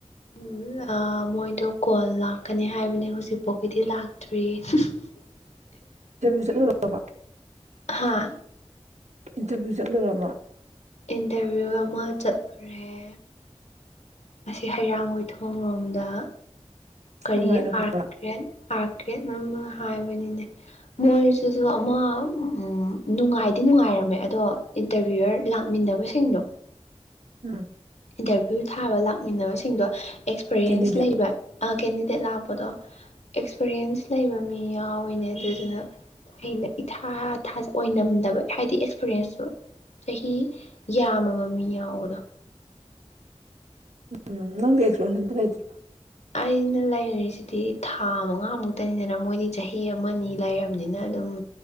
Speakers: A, on the left (about 80°); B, on the right (about 85°).
A: ꯎꯝ ꯑꯥ ꯃꯣꯏꯗꯣ ꯀꯣꯜ ꯂꯥꯛꯀꯅꯤ ꯍꯥꯏꯕꯅꯦꯕ ꯍꯧꯖꯤꯛ ꯄꯣꯛꯀꯤꯗꯤ ꯂꯥꯛꯇ꯭ꯔꯤ <inaudible>
B: ꯏꯟꯇꯔꯚꯤꯌꯨ ꯆꯠꯂꯨꯔꯕꯣ
A: ꯍꯥ
B: ꯏꯟꯇꯔꯚꯤꯌꯨ ꯆꯠꯂꯨꯔꯕꯣ
A: ꯏꯟꯇꯔꯚꯤꯌꯨ ꯑꯃ ꯆꯠꯂꯨꯔꯦ ꯉꯁꯤ ꯍꯩꯔꯥꯡꯒꯣꯏ ꯊꯣꯡ ꯔꯣꯝꯗ ꯀꯔꯤ
B: ꯅꯨꯡꯉꯥꯏꯔꯕ꯭ꯔꯥ
A: ꯑꯥꯔꯠ ꯔꯦꯠ ꯑꯥꯔ ꯀ꯭ꯔꯦꯠ ꯑꯃ ꯍꯥꯏꯕꯅꯤꯅꯦ ꯃꯣꯏꯁꯤꯁꯨ ꯑꯃ ꯎꯝ ꯅꯨꯡꯉꯥꯏꯗꯤ ꯅꯨꯡꯉꯥꯏꯔꯝꯃꯦ ꯑꯗꯣ ꯏꯟꯇꯔꯚꯤꯌꯨꯌꯔ ꯂꯥꯛꯃꯤꯟꯅꯕꯁꯤꯡꯗꯣ
B: ꯎꯝ
A: ꯏꯟꯇꯔꯚ꯭ꯌꯨ ꯊꯥꯕ ꯂꯥꯛꯃꯤꯟꯅꯕꯁꯤꯡꯗꯣ ꯑꯦꯛꯁꯄꯔꯤꯌꯦꯟꯁ
B: ꯀꯦꯟꯗꯤꯗꯦꯠ
A: ꯂꯩꯕ ꯑ ꯀꯦꯟꯗꯤꯗꯦꯠ ꯂꯥꯛꯄꯗꯣ ꯑꯦꯛꯁꯄꯔꯤꯌꯦꯟꯁ ꯂꯩꯕ ꯃꯤ ꯌꯥꯎꯋꯤꯅꯦ ꯑꯗꯨꯗꯨꯅ ꯑꯩꯅ ꯏꯊꯥ ꯊꯖ ꯑꯣꯏꯅꯝꯗꯕ ꯍꯥꯏꯗꯤ ꯑꯦꯛꯁꯄꯤꯔꯤꯟꯁꯁꯨ ꯆꯍꯤ ꯌꯥꯝꯃꯕ ꯃꯤ ꯌꯥꯎꯕꯗꯣ
B: ꯎꯝ ꯅꯪꯗꯤ ꯑꯦꯛꯁꯄꯤꯔꯦꯟꯁ ꯑꯝꯇ ꯂꯩꯇꯔꯣ
A: ꯑꯩꯅ ꯂꯩꯔꯤꯁꯤꯗꯤ ꯊꯥ ꯃꯉꯥ ꯃꯨꯛꯇꯅꯤꯗꯅ ꯃꯣꯏꯗꯤ ꯆꯍꯤ ꯑꯃꯅꯤ ꯂꯩꯔꯕꯅꯤꯅ ꯑꯗꯨꯝ